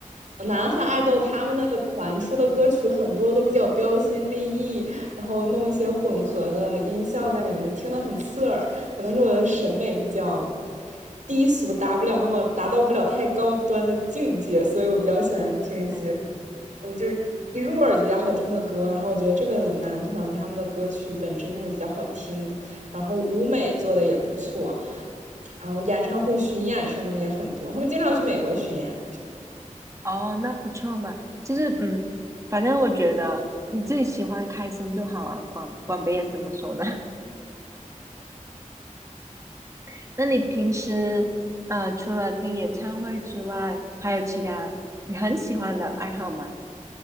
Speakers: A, on the right; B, on the right.
A: 呃南韩爱豆他们那个团出的歌曲很多都比较标新立异，然后弄一些混合的音效在里面，就听得很刺耳。可能是我的审美比较低俗，达不了那么达到不了太高端的境界，所以我比较喜欢听一些，
B: 嗯，
A: 嗯，就是一入耳就比较好听的歌。然后我觉得这个男团他们的歌曲本质上是比较好听的，然后舞美做的也不错，然后演唱会巡演什么的也很多，他们经常去美国巡演。
B: 哦，那不错嘛。就是，嗯，反正我觉得你自己喜欢开心就好啊，管管别人怎么说呢？<laughs> 那你平时，呃，除了听演唱会之外，还有其他你很喜欢的爱好吗？